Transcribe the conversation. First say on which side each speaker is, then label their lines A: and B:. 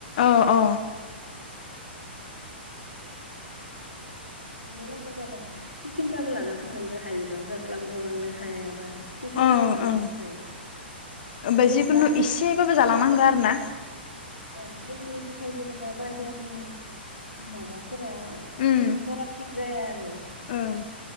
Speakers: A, on the left; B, on the left.
A: औ अ।
B: <inaudible> <unintelligible> लागा जाबा टिफिन बाबो लाना थांनांगौ हायोबा जास्लाब गलांनो हायाबा। टिफिन
A: ओं
B: बाबो लाना
A: ओं
B: थांजायो ओम
A: ओमफ्राय जिखुनु
B: बा
A: एसेबाबो जालांनांगौ
B: देहानि
A: आरो ना
B: ओं ओं देहानि थाखाय जेने बा बाहेरनि माबा फोरा
A: उम
B: बारा थिग जाया आरो
A: ओं।